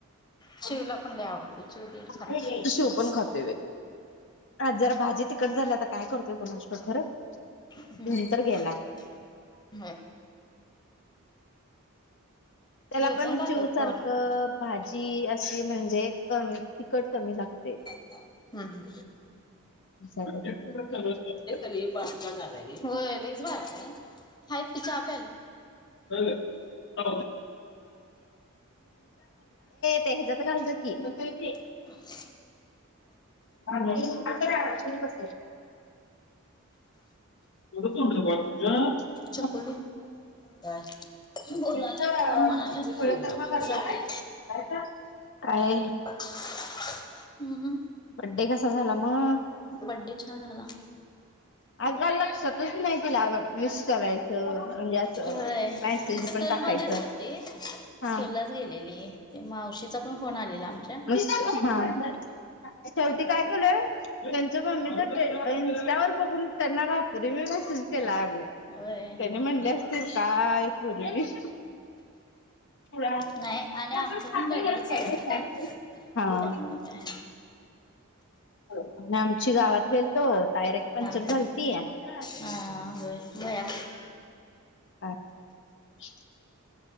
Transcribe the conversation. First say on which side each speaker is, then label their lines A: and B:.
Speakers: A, on the left (about 20°); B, on the left (about 55°).
A: चिवला
B: <unintelligible>
A: पण लय आवडतो चिव दीड खात
B: तू शिव
A: डोसा
B: पण खातय होय? आज जरा भाजीत तिकट झालं. आता काय करतोय, कुणास ठव?. खरं
A: हम्,
B: घेऊन तर गेलाय
A: <unintelligible> हं.
B: त्याला
A: डिवचून
B: पण
A: खातात
B: चिव सारखं,
A: पोर
B: भाजी अस ली म्हणजे कमी, तिकट कमी लागते.
A: हम्म, हम्.
B: <unintelligible> चालूच असते.
A: बारका झालाय ग ह्यो. होय लईच बारकाय ओ. हायत की चहा प्यायल्यात.
B: <unintelligible> <unintelligible> ये ते हेजत घालजा की. होतय ती.
A: <unintelligible>
B: <unintelligible> अजून कसय? कुठे कोडलं बाळ तुझं? <inaudible>
A: छकुली तेन काय बोलाल्या
B: इथ
A: कोण म्हणाल्यात
B: पुढ <unintelligible> काय
A: जाळी
B: काय? <unintelligible>
A: <inaudible> ह, ह.
B: बड्डे कसा झाला, मग?
A: बड्डे छान झाला.
B: अगं, लक्षातच नाही तिला विश करायचं. म्हणजे असं
A: होय
B: स
A: स्कूलमध्येच
B: <inaudible> मेसेज पण टाकायचं.
A: होती.
B: हा.
A: स्कूललाच गेलेली ते मावशीचा पण फोन आलेला आमच्या
B: <inaudible> हा. शेवटी काय केलं? यांच्या मम्मीच <inaudible> इंस्टावर बघून, त्यांना रात्री मी मेसेज केला अगं.
A: होय
B: त्यानि म्हणले असतील, काय पूरगी <inaudible> <unintelligible>
A: नाही आणि आमचं पण गडबडच चालू होती काल
B: हा
A: त्यामुळे
B: <inaudible>
A: काय
B: ह्या आम् ची गावात गेलतो. टायरेक् पंचर
A: हा
B: झालती. काय
A: हा, व्हय. <inaudible>
B: हा. <inaudible>